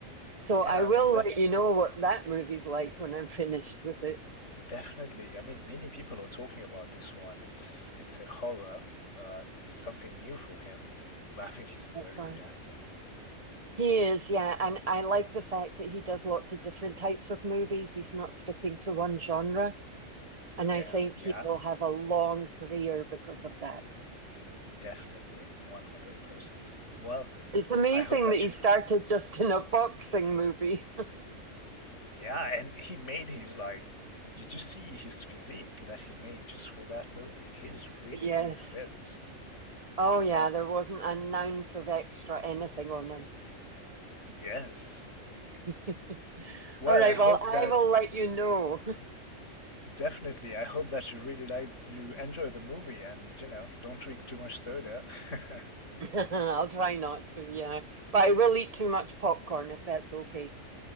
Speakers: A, on the right; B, on the left.
A: So
B: Yeah,
A: I will
B: I mean that
A: let you know what that movie's like when I'm finished with it.
B: definitely. I mean, many people are talking about this one. It's it's a horror, but it's something new for him. But I think he's a
A: That's
B: very
A: right.
B: good actor.
A: He is, yeah, and I like the fact that he does lots of different types of movies. He's not sticking to one genre,
B: Yeah,
A: and I think
B: yeah,
A: he will have a long career because of that.
B: definitely, 100%. Well,
A: It's amazing
B: I hope that
A: that he
B: you
A: started just in a boxing movie. <laughs>
B: Yeah, and he made his like, did you see his physique that he made just for that movie? He's really,
A: Yes.
B: really fit.
A: Oh, yeah,
B: Yeah.
A: there wasn't an ounce of extra anything on him.
B: Yes.
A: <laughs>
B: Well,
A: All right,
B: I hope
A: well, I
B: that
A: will let you know.
B: definitely, I hope that you really like you enjoy the movie and you know, don't drink too much soda. <laughs>
A: <laughs> I'll try not to, yeah, but I will eat too much popcorn if that's okay.